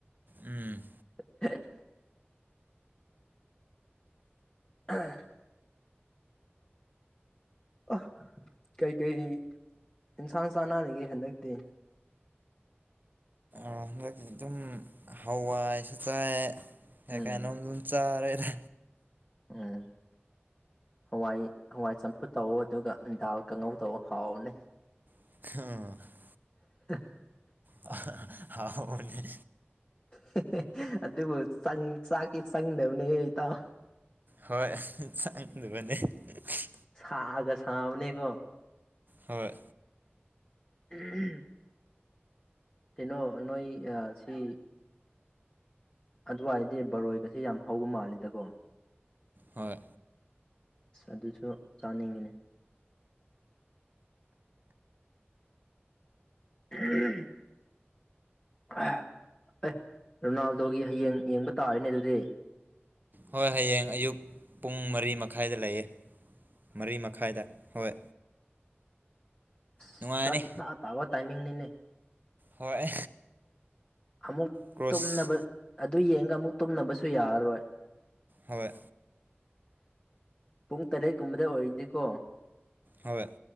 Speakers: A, on the right; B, on the left.
A: ꯎꯝ
B: <unintelligible> <unintelligible> ꯑꯥ ꯀꯩꯀꯩ ꯏꯟꯁꯥꯡ ꯆꯥꯟꯅꯔꯤꯒꯦ ꯍꯟꯗꯛꯇꯤ
A: ꯍꯟꯗꯛꯇꯤ ꯑꯗꯨꯝ ꯍꯋꯥꯏꯁꯨ ꯆꯥꯏ ꯀꯩ
B: ꯎꯝ
A: ꯀꯥꯏꯅꯣꯝ ꯑꯗꯨꯝ ꯆꯥꯔꯦꯗ
B: ꯎꯝ ꯍꯋꯥꯏ ꯍꯋꯥꯏ ꯆꯝꯐꯨꯠ ꯇꯧꯑꯣ ꯑꯗꯨꯒ ꯗꯥꯜ ꯀꯥꯡꯉꯧ ꯇꯧꯑꯣ ꯍꯥꯎꯕꯅꯦ
A: <unintelligible>
B: <inaudible>
A: <unintelligible> ꯍꯥꯎ ꯕꯥꯅꯤ
B: <unintelligible> ꯑꯗꯨꯕꯨ ꯆꯪ ꯆꯥꯛꯇꯤ ꯆꯪꯗꯕꯅꯦꯍꯦ ꯏꯇꯥꯎ
A: ꯍꯣꯏ ꯆꯪꯗꯕꯅꯦ <unintelligible>
B: ꯁꯥꯒ ꯁꯕꯥꯅꯦꯒꯣ
A: ꯍꯣꯏ
B: <unintelligible> ꯀꯩꯅꯣ ꯅꯣꯏ ꯑ ꯁꯤ ꯑꯗꯨꯋꯥꯏꯗꯤ ꯕꯔꯣꯏꯒꯁꯦ ꯌꯥꯝ ꯍꯧꯕ ꯃꯥꯂꯦꯗꯀꯣ
A: ꯍꯣꯏ
B: ꯑꯁ ꯑꯗꯨꯁꯨ ꯆꯥꯅꯤꯡꯉꯤꯅꯦ <unintelligible> ꯑꯦꯍ ꯔꯣꯅꯥꯜꯗꯣꯒꯤ ꯍꯌꯦꯡ ꯌꯦꯡꯕ ꯇꯥꯔꯅꯦ ꯑꯗꯨꯗꯤ
A: ꯍꯣꯏ ꯍꯌꯦꯡ ꯑꯌꯨꯛ ꯄꯨꯡ ꯃꯔꯤ ꯃꯈꯥꯏꯗ ꯂꯩꯌꯦ ꯃꯔꯤ ꯃꯈꯥꯏꯗ ꯍꯣꯏ
B: ꯑꯁ
A: ꯅꯨꯡꯉꯥꯏꯔꯅꯤ
B: ꯐꯔꯛ ꯏꯇꯥ ꯇꯥꯕ ꯇꯥꯏꯃꯤꯡꯅꯤꯅꯦ
A: ꯍꯣꯏ
B: ꯑꯃꯨꯛ
A: ꯀ꯭ꯔꯣꯁ
B: ꯇꯨꯝꯅꯕ ꯑꯗꯨ ꯌꯦꯡꯒ ꯑꯃꯨꯛ ꯇꯨꯝꯅꯕꯁꯨ ꯌꯥꯔꯔꯣꯏ
A: ꯍꯣꯏ
B: ꯄꯨꯡ ꯇꯔꯦꯠꯀꯨꯝꯕꯗ ꯑꯣꯏꯔꯗꯤꯀꯣ
A: ꯍꯣꯏ